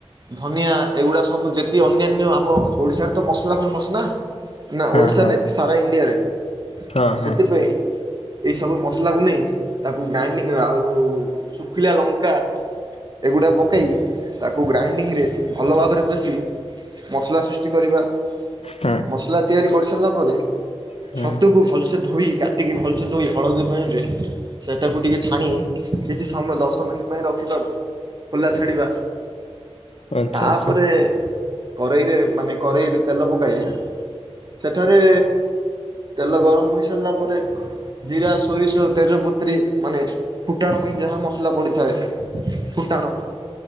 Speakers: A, on the right (about 40°); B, on the left (about 70°).
A: ଧନିଆ ଏଗୁଡ଼ା ସବୁ ଯେତିକି ଅନ୍ୟାନ୍ୟ ଆମ ଓଡ଼ିଶାରେ ତ ମସଲା ଫେମସ୍ ନା। ନା
B: ହଁ
A: ଓଡ଼ିଶା
B: ହଁ
A: ନାଇ ସାରା ଇଣ୍ଡିଆରେ
B: ହଁ
A: ସେଥିପାଇଁ
B: ହଁ।
A: ଏଇ ସବୁ ମସଲା ଲାଗୁନି ତାକୁ ଗ୍ରାଇଣ୍ଡିଙ୍ଗ ଆଉ ଶୁଖିଲା ଲଙ୍କା। ଏଗୁଡ଼ା ପକାଇ ତାକୁ ଗ୍ରାଇଣ୍ଡିଙ୍ଗରେ ଭଲ ଭାବରେ ପେଶି ମସଲା ସୃଷ୍ଟି କରିବା।
B: ହଁ
A: ମସଲା ତିଆରି କରିସାରିଲା ପରେ
B: ହଁ
A: ଛତୁକୁ ଭଲସେ ଧୋଇ କାଟିକି ଭଲସେ ଧୋଇ ହଳଦୀ ପାଣିରେ ସେଇଟାକୁ ଟିକେ ଛାଣି କିଛି ସମୟ ଦଶ ମିନିଟ୍ ପାଇଁ ରଖିବା ଖୋଲା ଛାଡିବା।
B: ଆଚ୍ଛା
A: ତାପରେ
B: ଆଚ୍ଛା
A: କରେଇ ରେ ମାନେ କରେଇ ତେଲ ପକାଇ ସେଠାରେ ତେଲ ଗରମ ହୋଇ ସାରିଲା ପରେ ଜିରା, ସୋରିଷ, ତେଜପତ୍ରୀ ମାନେ ଫୁଟାଣ ପାଇଁ ଯାହା ମସଲା ପଡ଼ିଥାଏ। ଫୁଟାଣ